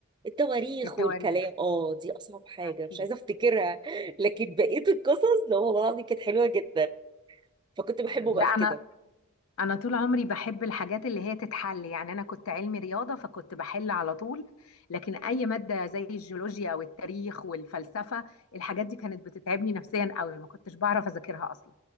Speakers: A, on the right; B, on the left.
A: التواريخ
B: التواريخ
A: والكلام اه دي أصعب حاجة
B: أكيد
A: مش عايزة أفتكرها <laughs> لكن بقية القصص لا والله العظيم كانت حلوة جدا فكنت بحبه
B: آه. لا
A: بقى في كده
B: أنا أنا طول عمري بحب الحاجات اللي هي تتحل يعني أنا كنت علمي رياضة فكنت بحل على طول لكن أي مادة زي الجيولوجيا أو التاريخ والفلسفة الحاجات دي كانت بتتعبني نفسيا قوي ما كنتش بعرف أذاكرها أصلا